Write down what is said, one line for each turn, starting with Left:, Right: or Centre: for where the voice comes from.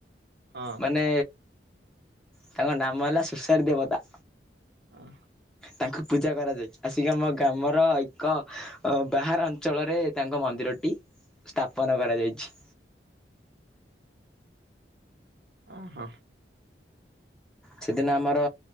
Right: ହଁ।
Centre: ମାନେ ତାଙ୍କ ନାମ ହେଲା ସୁଶାରୀ ଦେବତା।
Right: ହଁ।
Centre: ତାଙ୍କୁ ପୂଜା କରାଯାଏ। ଆସିକି ଆମ ଗ୍ରାମର ଏକ ବାହାର ଅଞ୍ଚଳରେ ତାଙ୍କ ମନ୍ଦିରଟି ସ୍ଥାପନ କରାଯାଇଚି।
Right: ଓହୋ।
Centre: ସେଦିନ ଆମର